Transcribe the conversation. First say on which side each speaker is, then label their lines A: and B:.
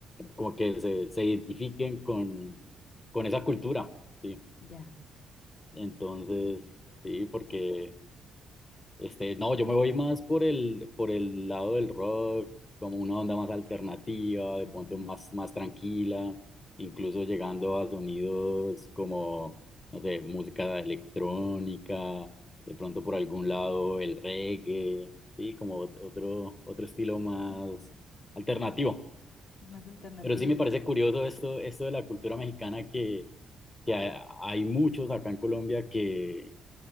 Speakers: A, on the left; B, on the left.
A: como que se, se identifiquen con, con esa cultura, ¿sí?
B: Ya.
A: Entonces, sí, porque... Este, no, yo me voy más por el, por el lado del rock, como una onda más alternativa, de
B: Ujú,
A: pronto más, más tranquila, incluso llegando a sonidos como, no sé, música electrónica, de pronto por algún lado el reggae, sí, como ot- otro, otro estilo más
B: ujú.
A: alternativo.
B: Más alternativo.
A: Pero sí me parece curioso esto, esto de la cultura mexicana que, que ha- hay muchos acá en Colombia que,